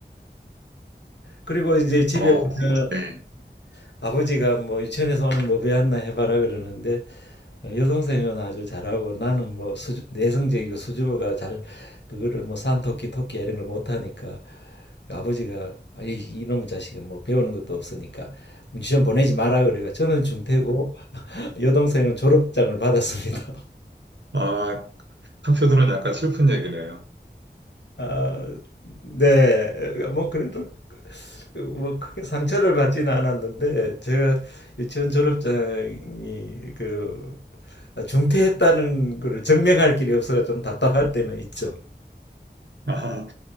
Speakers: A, on the left; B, on the right.
A: 그리고 이제 집에
B: 어,
A: 오면
B: 네.
A: 아버지가 뭐 유치원에서 오늘 뭐 배웠나 해봐라 그러는데 어, 여동생은 아주 잘하고 나는 뭐 수주, 내성적이고 수줍어가 잘 그거를 뭐 산토끼 토끼 이런 걸 못하니까 아버지가 아, 이, 이놈의 자식은 뭐 배우는 것도 없으니까 유치원 보내지 마라 그래요. 저는 중퇴고 <laughs> 여동생은 졸업장을 받았습니다.
B: 아, 한편으로는 약간 슬픈 얘기네요.
A: 아, 네. 뭐 그래도 뭐 크게 상처를 받지는 않았는데 제가 유치원 졸업장이 그 중퇴했다는 거를 증명할 길이 없어서 좀 답답할 때는 있죠.
B: <laughs> 아,